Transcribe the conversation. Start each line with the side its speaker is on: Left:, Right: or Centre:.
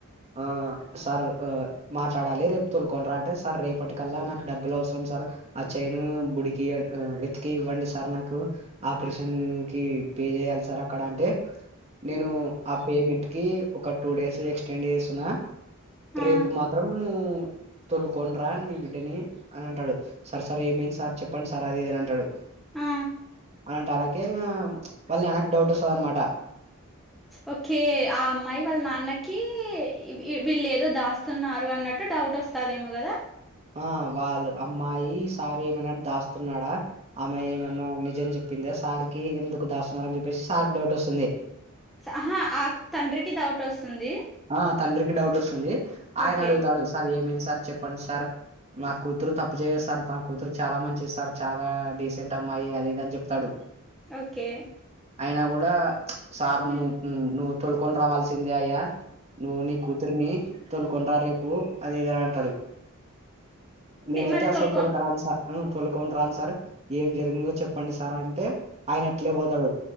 Right: ఆ సార్ ఆ మాట్లాడాలి రేప్ తోలుకొనిరా అంటే, సార్ రేపటికల్లా నాక్ డబ్బులు అవసరం సార్ ఆ చైన్ బుడికి ఇయ్న్ ఆ వెతికి ఇవ్వండి సార్ నాకు. ఆపరేషన్ కి పే జేయాలి సార్ అక్కడ అంటే, నేను ఆ పేమెంట్ కి ఒక టూ డేస్ ఎక్స్టెండ్ జేస్తున్నా
Centre: ఆ
Right: రేపు మాత్రం తొలుకోనిరా నీ బిడ్డని అని అంటాడు. సార్ సార్ ఏమైంది సార్ చెప్పండి సార్ అది అని అంటాడు.
Centre: ఆ
Right: అనేటలాకి ఇంగ వాళ్ళ నాన్నకి డౌట్ ఒస్తది అన్నమాట.
Centre: ఓకే ఆ అమ్మాయి వాళ్ళ నాన్నకి ఈ వీళ్ళేదో దాస్తున్నారు అన్నట్టు డౌట్ ఒస్ తదేమోగద
Right: ఆ వాళ్ అమ్మాయి, సార్ ఏమైనా దాస్తున్నాడా ఆ అమ్మాయి ఏమైన్నా నిజం చెప్పింద సార్కి, ఎందుకు దాస్తున్నారు అని జెప్పేసి సార్కి డౌట్ ఒస్తుంది.
Centre: ఆహా ఆక్ తండ్రికి డౌట్ ఒస్తుంది.
Right: ఆ తండ్రికి డౌట్ ఒస్తుంది. ఆయన
Centre: ఓకే
Right: అడుగుతాడు సార్ ఏమైంది, సార్ చెప్పండి సార్ నా కూతురు తప్పు జేయదు సార్, నా కూతురు చాలా మంచిది సార్, చాలా డీసెంట్ అమ్మాయి అది ఇది అని జెప్తాడు.
Centre: ఓకే
Right: అయినా గుడా సార్
Centre: ఆ
Right: నువ్ నువ్వు తొలుకొని రావాల్సిందే అయ్యా నువ్వు నీ కూతురిని తోలుకొనిరా రేపు అది ఇదని అంటాడు. నేనైతే
Centre: మరి
Right: అస్సలు
Centre: తొలుకో
Right: తోలకరాను సార్ ఉమ్ తొలుకొనిరాను సార్, ఏం జరిగిందో చెప్పండి సార్ అంటే ఆయన అట్లే పోతాడు,